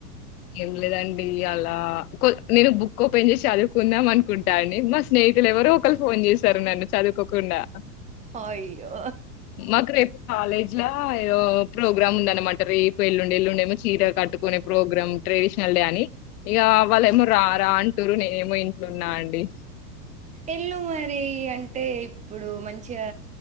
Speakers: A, on the left; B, on the right.
A: ఏంలేదండి ఈయాల నేను బుక్ ఓపెన్ చేసి చదువుకుందాం అనుకుంటా అండి మా స్నేహితులు ఎవరో ఒకళ్ళు ఫోన్ చేస్తారు నన్ను చదువుకోకుండా
B: అయ్యో
A: మాకు రేపు కాలేజ్ ల ఏదో ప్రోగ్రామ్ ఉంద అన్నమాట రేపు ఎల్లుండి ఎల్లుండేమో చీర కట్టుకునే ప్రోగ్రాం ట్రెడిషనల్ డే అని ఇగ వాళ్ళు ఏమో రా రా అని టున్రు నేనేమో ఇంట్లున్నా అండి
B: ఎల్లు మరి అంటే ఇప్పుడు మంచి ఇగ